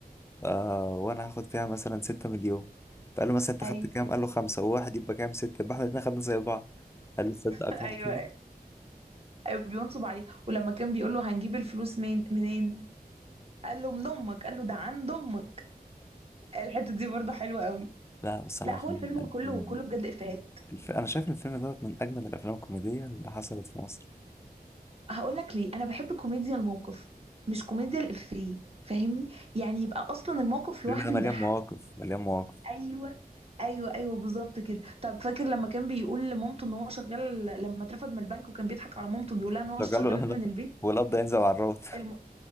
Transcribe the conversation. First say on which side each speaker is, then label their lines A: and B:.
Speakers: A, on the left; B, on the right.
A: آه وانا هاخد فيها مثلا ستة مليون فقال له مثلا انت
B: ايوه
A: خدت كام
B: <laughs>
A: قال له خمسة وواحد يبقى كام ستة يبقى احنا الاتنين خدنا زي بعض قال له تصدق اقنعتني
B: ايوه ايوه أيوة، بينصب عليه ولما كان بيقول له هنجيب الفلوس من منين قال له من امك قال له ده عند امك الحته دي برضو حلوه قوي
A: لا بس انا
B: لا
A: عارف
B: هو
A: إن
B: الفيلم
A: ده هيكون-
B: كله كله بجد افيهات
A: الف... انا شايف ان الفيلم دوت من اجمل الافلام الكوميدية اللي حصلت في مصر
B: هقول لك ليه انا بحب كوميديا الموقف مش كوميديا الافيه فاهمني يعني يبقى اصلا الموقف لوحده
A: الفيلم ده مليان
B: يضحك
A: مواقف مليان مواقف
B: ايوه ايوه ايوه بالظبط كده طب فاكر لما كان بيقول لمامته ان هو شغال لما اترفد من البنك وكان بيضحك على مامته بيقول لها ان هو
A: شغله
B: شغال
A: <laughs> لا
B: من البيت
A: هو القبض ينزل على الروت
B: الم-